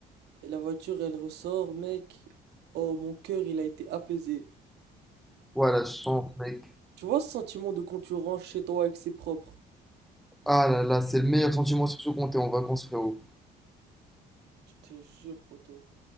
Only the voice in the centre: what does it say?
Voilà, je sens, mec.
Ah là là, c'est le meilleur sentiment, surtout quand t'es en vacances, frérot.